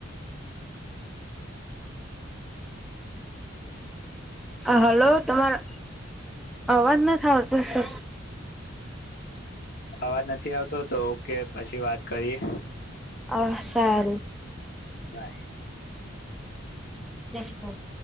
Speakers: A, in the centre; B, on the left.
A: હ હલો તમારા અવાજ નથી આવતો સર
B: અવાજ નથી આવતો તો ઓકે પછી વાત કરીએ
A: હ સારું
B: બાય
A: જય શ્રી